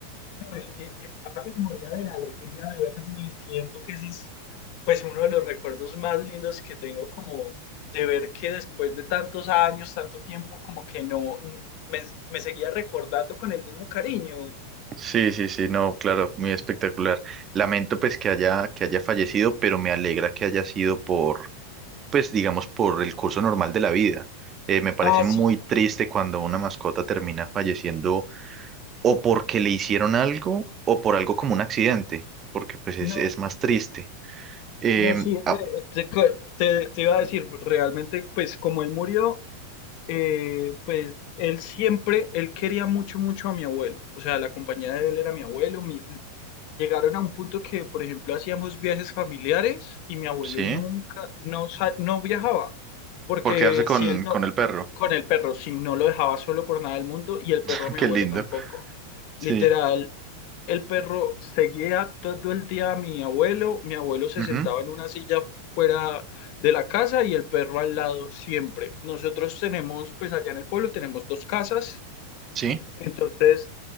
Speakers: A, on the left; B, on the right.
A: No, es- es- estaba que se moría de la alegría de verme. Siento que ese es pues uno de los recuerdos más lindos que tengo como de ver que después de tantos años, tanto tiempo, como que no mm, me, me seguía recordando con el mismo cariño.
B: Sí, sí, sí, no, claro, muy espectacular. Lamento pues que haya, que haya fallecido, pero me alegra que haya sido por, pues digamos, por el curso normal de la vida. Eh, me parece
A: Ah,
B: muy
A: sí,
B: triste cuando una mascota termina falleciendo o porque le hicieron algo o por algo como un accidente, porque pues es,
A: no,
B: es más triste. Em,
A: No, sí,
B: ah,
A: re- te, co- te- te iba a decir, realmente, pues como él murió, eh, pues él siempre, él quería mucho, mucho a mi abuelo. O sea, la compañía de él era mi abuelo. mi- llegaron a un punto que, por ejemplo, hacíamos viajes familiares y mi abuelo
B: sí,
A: nunca, no, sa- no viajaba, porque
B: por quedarse con,
A: si él no,
B: con el perro.
A: con el perro, si no lo dejaba solo por nada del mundo y el perro
B: <laughs>
A: a mi
B: Qué
A: abuelo
B: lindo.
A: tampoco.
B: Sí.
A: Literal, el perro seguía todo el día a mi abuelo. Mi abuelo se
B: ujú,
A: sentaba en una silla fuera de la casa y el perro al lado siempre. Nosotros tenemos, pues allá en el pueblo tenemos dos casas.
B: Sí.
A: Entonces,